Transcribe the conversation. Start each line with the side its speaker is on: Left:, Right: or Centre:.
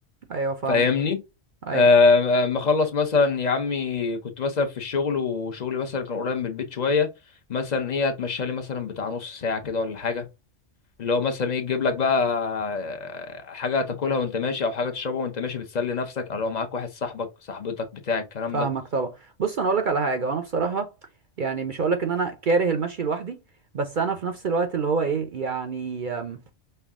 Right: ايوه فاهمك
Left: فاهمني
Right: ايوه
Left: آه، آه، مخلص مثلا يا عمي كنت مثلا في الشغل وشغلي مثلا كان قريب من البيت شويه مثلا ايه اتمشى لي مثلا بتاع نص ساعه كده ولا حاجه اللي هو مثلا ايه تجيب لك بقى آه، حاجه تاكلها وانت ماشي او حاجه تشربها وانت ماشي بتسلي نفسك او لو معاك واحد صاحبك صاحبتك بتاع الكلام
Right: فاهمك
Left: ده
Right: طبعا بص انا اقول لك على حاجه وانا بصراحه يعني مش هقول لك ان انا كاره المشي لوحدي بس انا في نفس الوقت اللي هو ايه يعني أم،